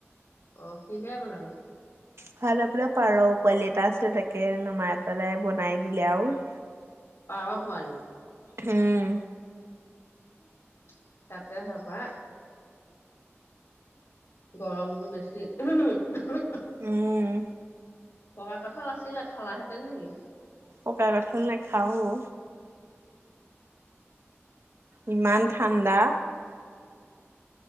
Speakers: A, on the left; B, on the right.
A: অ কিহে বনালা?
B: ভালপৰা পাৰ পোৱালি এটা আছিল তাকে নমাই পেলাই বনাই দিলে আৰু। <inaudible>
A: পাৰ পোৱালী।
B: হুম
A: উ <inaudible> তাতে চাবা গৰমটো বেছি উম হ হুম
B: উম।
A: পকা কঁঠাল আছিলে খালাহেঁতেন নেকি?
B: পকা কঁঠাল নেখাওঁ অ। ইমান ঠাণ্ডা।